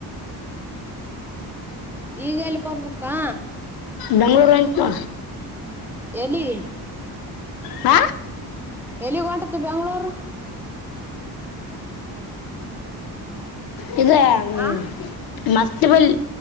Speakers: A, in the centre; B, on the left.
A: ಈಗ ಎಲ್ಲಿ ಬರ್ಬೇಕಾ
B: ಬೆಂಂಗಗಳೂಂಪ್ಪ
A: ಎಲ್ಲಿ
B: ಹ
A: ಎಲ್ಲಿಗ ಹೊಂಟ ಬೆಂಗ್ಳೂರ್
B: <unintelligible> ಇದೆ ಹ್ಮ್
A: ಆ
B: ಮಸ್ತ್ ಬಲ್